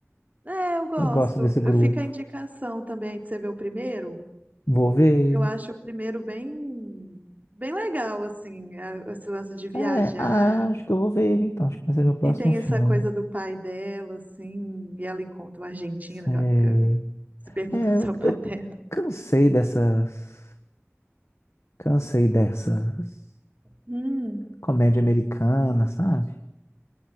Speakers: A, on the right (about 35°); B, on the left (about 70°).
A: É, eu gosto.
B: Eu gosto desse
A: Eu
B: grupo.
A: fico a indicação também de você ver o primeiro.
B: Vou ver.
A: Eu acho o primeiro bem, bem legal, assim, a- esse lance de viajar.
B: É, ah, acho que eu vou ver ele então. Acho que vai ser meu próximo
A: E tem
B: filme.
A: essa coisa do pai dela, assim, e ela encontra o argentino,
B: Sei.
A: que ela fica se perguntando
B: É,
A: se
B: eu,
A: é o pai
B: eu
A: dela.
B: cansei dessas. Cansei dessas.
A: Hum.
B: Comédia americana, sabe?